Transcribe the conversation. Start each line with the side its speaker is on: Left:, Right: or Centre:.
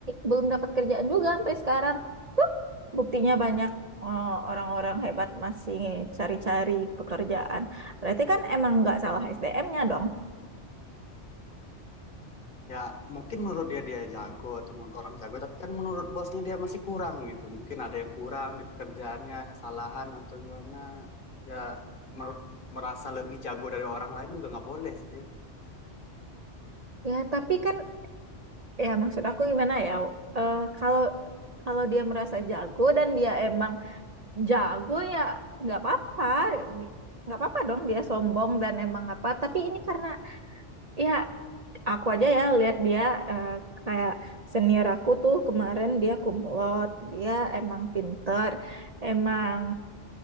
Right: belum dapat kerjaan juga sampai sekarang. Tuh, buktinya banyak eh, orang-orang hebat masih cari-cari pekerjaan. Berarti kan emang nggak salah SDM-nya dong.
Left: Ya, mungkin menurut dia dia jago atau menurut orang jago, tapi kan menurut bosnya dia masih kurang gitu. Mungkin ada yang kurang di pekerjaannya, kesalahan atau gimana. Ya, menurut merasa lebih jago dari orang lain juga nggak boleh sih.
Right: Ya, tapi kan, ya maksud aku gimana ya, eh, kalau kalau dia merasa jago dan dia emang jago ya nggak apa-apa nggak apa-apa dong dia sombong dan emang apa tapi ini karena ya aku aja ya lihat dia eh, kayak senior aku tuh kemarin dia kumlot dia emang pinter emang